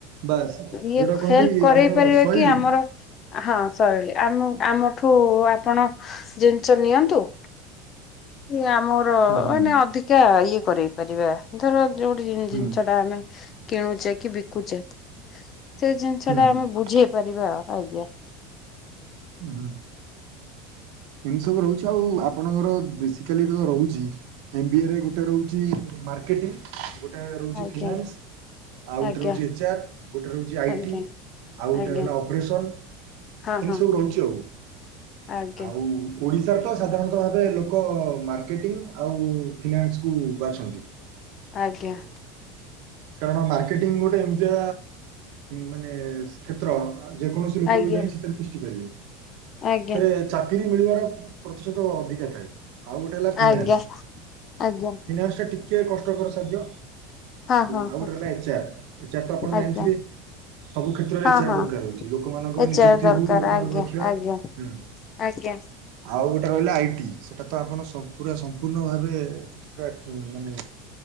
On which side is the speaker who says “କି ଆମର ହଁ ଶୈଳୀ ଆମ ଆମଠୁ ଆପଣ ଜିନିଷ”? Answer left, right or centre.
Left